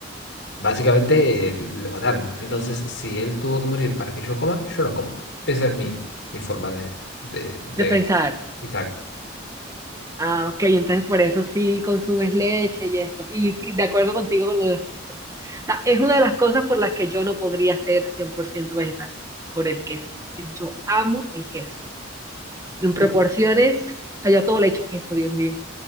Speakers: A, on the left; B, on the right.
A: Básicamente eh, lo mataron. Entonces, si él tuvo que morir para que yo coma, yo no como. Esa es mi, mi forma de, de, de...
B: de pensar.
A: Exacto.
B: Ah, ok, entonces por eso sí consumes leche y esto. Y, y de acuerdo contigo con lo de los quesos. O sea, es una de las cosas por las que yo no podría ser 100% vegetariana, por el queso. Yo amo el queso. En proporciones,
A: Y
B: o sea, yo a todo le echo queso, Dios mío.